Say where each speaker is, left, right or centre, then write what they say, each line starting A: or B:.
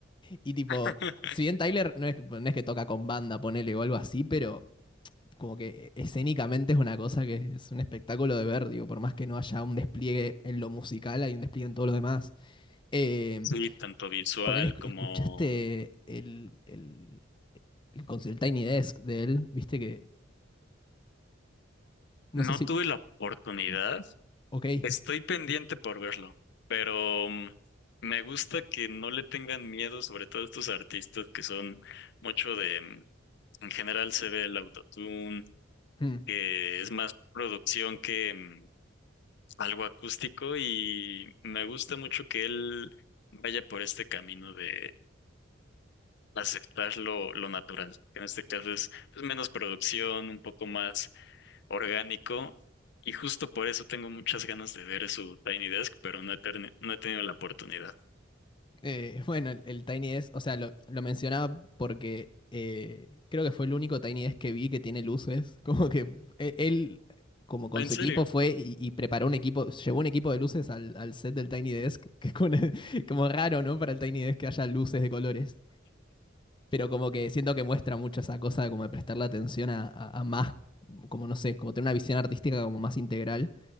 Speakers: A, on the left; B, on the left.
A: Y tipo,
B: <laughs>
A: si bien Tyler no es, no es que toca con banda, ponele o algo así, pero como que escénicamente es una cosa que es un espectáculo de ver, digo, por más que no haya un despliegue en lo musical, hay un despliegue en todo lo demás. Eh,
B: sí, tanto visual
A: ponele, esc-
B: como...
A: escuchaste el, el, el, cons- el Tiny Desk de él, viste que, no
B: No
A: sé si,
B: tuve la oportunidad,
A: ok.
B: Estoy pendiente por verlo, pero mm, me gusta que no le tengan miedo, sobre todo estos artistas que son mucho de, mm, en general se ve el autotune,
A: hmm.
B: que es más producción que mm, algo acústico y me gusta mucho que él vaya por este camino de aceptar lo, lo natural, que en este caso es pues, menos producción, un poco más orgánico y justo por eso tengo muchas ganas de ver su Tiny Desk, pero no he, terne- no he tenido la oportunidad.
A: Eh, <laughs> bueno, el, el Tiny Desk, o sea, lo, lo mencionaba porque eh, creo que fue el único Tiny Desk que vi que tiene luces. <laughs> Como que e- él, como con
B: En
A: su
B: serio,
A: equipo, fue y, y preparó un equipo, llevó un equipo de luces al, al set del Tiny Desk, <laughs> que es como, una- como raro, ¿no? Para el Tiny Desk que haya luces de colores. Pero como que siento que muestra mucho esa cosa de como de prestarle atención a, a- a más, como no sé, como tener una visión artística como más integral.